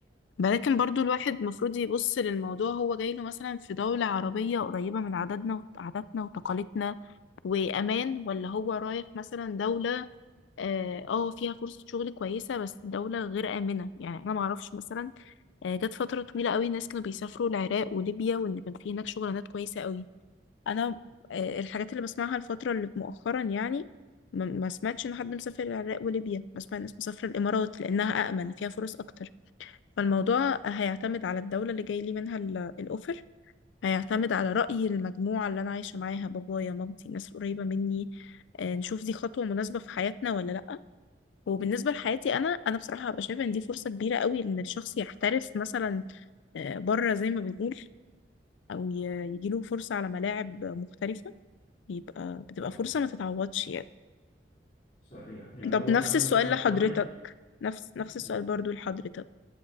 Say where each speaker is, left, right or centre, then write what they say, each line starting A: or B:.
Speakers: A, on the left; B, on the left.
A: ولكن برضو الواحد المفروض يبص للموضوع هو جاي له مثلا في دولة عربية قريبة من عاداتنا عاداتنا وتقاليدنا وأمان ولا هو رايح مثلا دولة اه آه، فيها فرصة شغل كويسة بس الدولة غير آمنة يعني أنا معرفش مثلا آه، جت فترة طويلة قوي الناس كانوا بيسافروا العراق وليبيا وإن كان في هناك شغلانات كويسة قوي أنا آه، الحاجات اللي بسمعها الفترة اللي مؤخرا يعني ما ما سمعتش إن حد مسافر العراق وليبيا بسمع الناس مسافرة الإمارات لأنها أأمن فيها فرص أكتر فالموضوع هيعتمد على الدولة اللي جاي لي منها ال- الأوفر هيعتمد على رأي المجموعة اللي أنا عايشة معاها بابايا مامتي الناس القريبة مني آه، نشوف دي خطوة مناسبة في حياتنا ولا لأ وبالنسبه لحياتي انا انا بصراحه هبقى شايفه ان دي فرصه كبيره قوي ان الشخص يحترف مثلا آه، بره زي ما بنقول او ي- يجيله فرصه على ملاعب مختلفه بيبقى بتبقى
B: صحيح
A: فرصه ما تتعوضش يعني
B: صحيح يعني
A: طب
B: هو
A: نفس
B: أهم
A: السؤال
B: فعلا
A: لحضرتك
B: في رأيك
A: نفس نفس السؤال
B: مم.
A: برضو لحضرتك